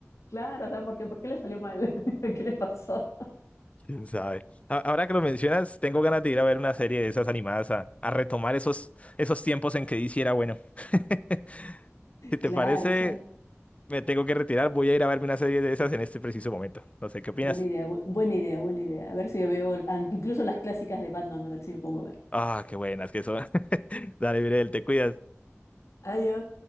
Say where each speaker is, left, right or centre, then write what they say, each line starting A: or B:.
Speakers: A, on the left; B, on the left.
A: Claro, o sea, ¿por qué, por qué le salió mal? <laughs> ¿Qué le pasó?
B: ¿Quién sabe? A- Ahora que lo mencionas, tengo ganas de ir a ver una serie de esas animadas a, a retomar esos, esos tiempos en que DC era bueno. <laughs> <laughs> Si te
A: Claro,
B: parece,
A: o sea,
B: me tengo que retirar. Voy a ir a verme una serie de esas en este preciso momento. No sé qué opinas.
A: buena idea, bu- buena idea, buena idea. A ver si veo ah, incluso las clásicas de Batman, a ver si me pongo a ver.
B: Ah, qué buenas que son. <laughs> Dale, Mirel, te cuidas.
A: Adiós.